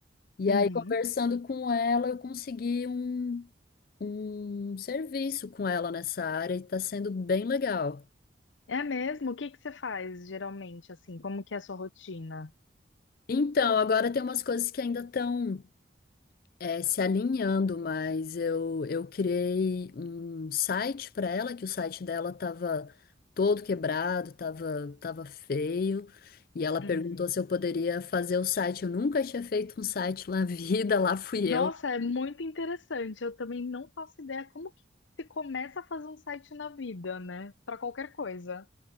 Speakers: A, on the left; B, on the left.
A: E
B: Uhum.
A: aí, conversando com ela, eu consegui um, um serviço com ela nessa área e está sendo bem legal.
B: É mesmo? O que que você faz geralmente, assim? Como que é a sua rotina?
A: Então, agora tem umas coisas que ainda estão. é, se alinhando, mas eu, eu criei um site para ela, que o site dela tava todo quebrado, tava, tava feio, e ela perguntou
B: Uhum.
A: se eu poderia fazer o site. Eu nunca tinha feito um site na vida, <laughs> lá fui
B: Nossa,
A: eu.
B: é muito interessante. Eu também não faço ideia como que se começa a fazer um site na vida, né? Pra qualquer coisa.